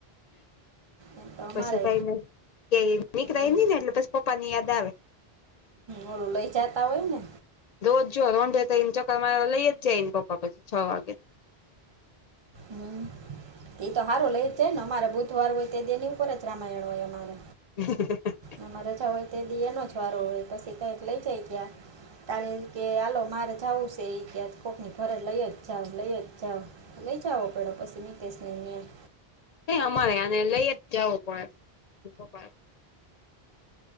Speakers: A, on the right; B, on the left.
A: એમ તો અમારે
B: પછી કઈ ને ક્યાંય નીકળાય
A: એમ
B: નય ને એટલે પછી પપ્પા ની યાદ આવે.
A: હોલુ લઈ જાતા હોય ને.
B: રોજ જો રોંઢે એને ચકર મારે લઈ જાય એને પપ્પા પછી છ વાગે
A: હમ એ તો હારું લઇ જાય ને અમારે બુધવાર હોય તેદી એની ઉપર જ રામાયણ હોય અમારે
B: <unintelligible>
A: આમાં રજા હોય તેદિ એનો જ વારો હોય પછી કયેક લઈ જાય ક્યાં તાલે એમકે હાલો મારે જાવું છે ઈ કે કોકની ઘરે લઈ જ જાવ લઈ જ જાવ લઈ જાવો પયડો પછી નીતેશભાઈ ને ન્યા.
B: તય અમારેય આને લઈ જ જાવો પડે કોકવાર